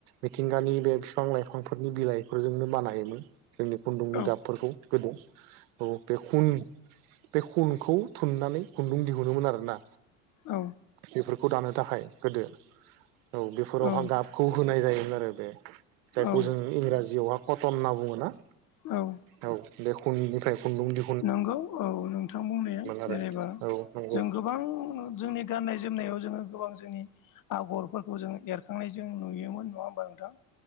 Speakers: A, on the right; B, on the left.
A: मिथिंगानि बे बिफां लाइफांफोरनि बिलाइफोरजोंनो बानायोमोन जोंनि खुन्दुंनि
B: औ
A: गाबफोरखौ गोदो औ बे खुन बे खुनखौ थुननानै खुन्दुं दिहुनोमोन आरोना
B: औ
A: बेफोरखौ दानो थाखाय गोदो औ बेफोरावहा
B: औ
A: गाब खौ होनाय जायोमोन आरो बे जायखौ
B: औ
A: जों इंराजियावहा कटन होनना बुङो ना
B: औ
A: औ बे खुंनिफ्राय खुन्दुं दि
B: नंगौ औ नोंथां बुंनाया
A: आरो
B: जेनेबा
A: औ नंगौ
B: जों गो बां जोंनि गाननाय जोमनायाव जोङो गोबां जोंनि आगरफोरखौ जों एरखांनाय जों नुयोमोन नङा हो मबा नोंथां